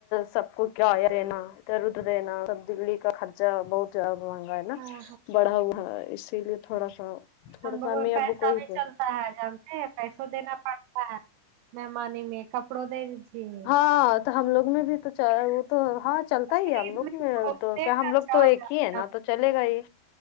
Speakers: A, on the left; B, on the right.
A: سب کو کیا ہے ہے نا د رد دینا سبدلی کا خرچا بہت زیاد مہنگا ہے نا
B: ہاں ہاں
A: بڑا ہوا اسی لیے تھوڑا سا تھوڑا
B: امبا
A: سا امی ابو
B: پیسہ
A: کو ہی
B: بھی
A: دے
B: چل چلتا ہے جانتے ہیں پیسوں دینا پڑتا ہے مہمان میں کپڑوں دے دیجیے
A: ہاں تو ہم لوگ میں بھی تو چاہ وہ تو ہاں چلتا ہی
B: خرید
A: ہے ہم لوگ
B: میں بہت
A: تو
B: خرچہ
A: کیا ہم لوگ تو
B: ہو
A: ایک
B: جاتا
A: ہی ہے نا تو چلے گا ہی